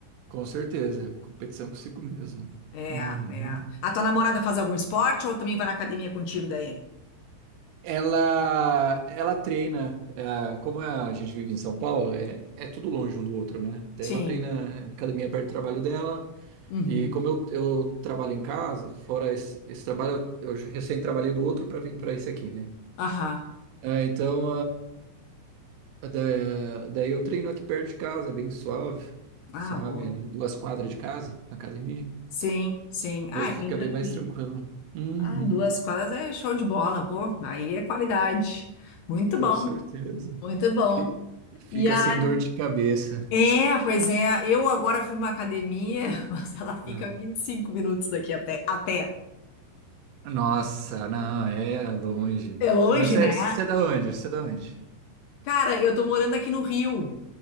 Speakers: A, on the right (about 80°); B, on the left (about 70°).
A: Com certeza, competição consigo mesmo.
B: É,
A: Uhum.
B: é. A tua namorada faz algum esporte ou também vai na academia contigo daí?
A: Ela, ela treina, eh, como é, a gente vive em São Paulo, é, é tudo longe um do outro, né? Então,
B: Sim.
A: Ela treina academia perto do trabalho dela,
B: Uhum.
A: e como eu, eu trabalho em casa, fora esse, esse trabalho, eu, eu recém trabalhei do outro para vir para esse aqui, né?
B: Aham.
A: Ah, então, ah, da- daí eu treino aqui perto de casa, é bem suave,
B: Ah,
A: sabe?
B: boa.
A: É Duas quadras de casa, a academia,
B: Sim, sim. Ah,
A: daí
B: é
A: fica
B: bem tranquilo.
A: bem mais tranquilo. Uhum,
B: Ah, duas quadras é show de bola, pô. Aí é qualidade. Muito
A: com
B: bom,
A: certeza.
B: muito bom.
A: Fi- Fica
B: E a...
A: sem dor de cabeça.
B: É, pois é. Eu agora fui numa academia, <laughs> mas ela fica
A: Ah.
B: 25 minutos daqui até até
A: Nossa, não, é longe.
B: É longe,
A: Não, Você
B: né?
A: você é da onde? Você é da onde?
B: Cara, eu tô morando aqui no Rio.